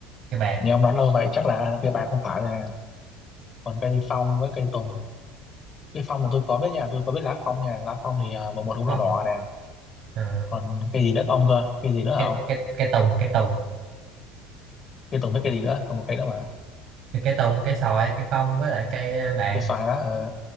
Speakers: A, on the right; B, on the left.
A: cây bàng
B: nhưng ông đoán lâu vậy chắc là cây bạc không phải nè. còn cây phong với cây tùng cây phong là tôi có biết nha tôi có biết lá phong nha lá phong thì à, mùa một nó
A: phong
B: đỏ nè
A: Ờ,
B: còn cây gì nữa có ông cơ cây gì nữa
A: cây
B: hả ông
A: cây cây tùng cây tùng
B: cây tùng với cây gì nữa còn một cây nữa mà
A: thì cây tùng cây xoài cây phong với lại cây uh, bàng
B: À, cây xoài đó à, ờ